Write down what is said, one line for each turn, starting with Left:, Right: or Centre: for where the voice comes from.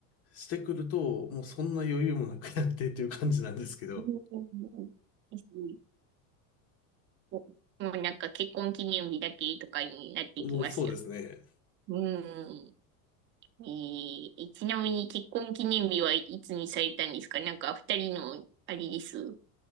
Left: してくると、もうそんな余裕もなくなってっていう感じなんですけど、
Right: うんですねもうなんか結婚記念日だけとかになっていきますよ。
Left: もうそうですね。
Right: うん。えー、ちなみに結婚記念日はいつにされたんですかなんか二人の、あれです。